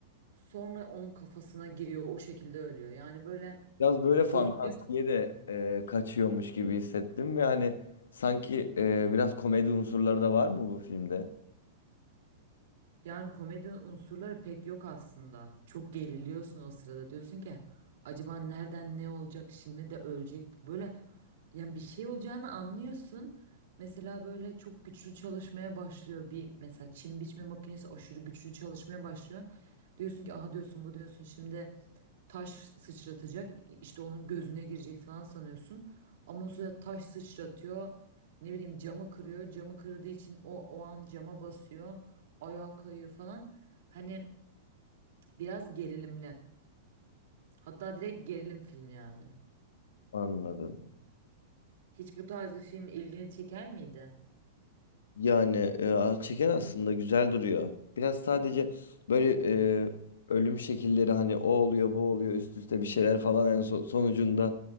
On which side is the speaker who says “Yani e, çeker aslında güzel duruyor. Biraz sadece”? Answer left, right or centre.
Left